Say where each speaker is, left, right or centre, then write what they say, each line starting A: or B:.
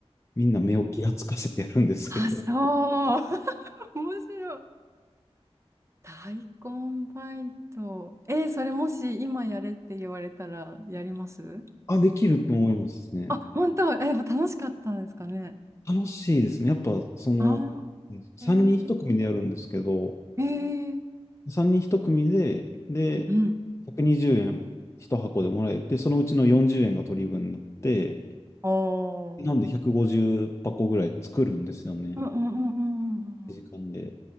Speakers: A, on the left; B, on the right.
A: みんな目をギラつかせてやるんですけど、
B: ーへーあ、そう。<laughs> 面白い。大根バイト。えーそれもし今やれって言われたらやります
A: あ、できると思いますね。
B: あ、本当、えー、やっぱ楽しかったんですかね。
A: 楽しいですね。やっぱ、その、
B: ああ、
A: 3人1組でやるんですけど、
B: えー、えー、
A: 3人1組で、で、
B: うん。
A: 120円1箱でもらえて、そのうちの40円が取り分になって、
B: おー。
A: なんで150箱ぐらい作るんですよね。
B: うんうんうんうんうんうんうん。
A: 時間で。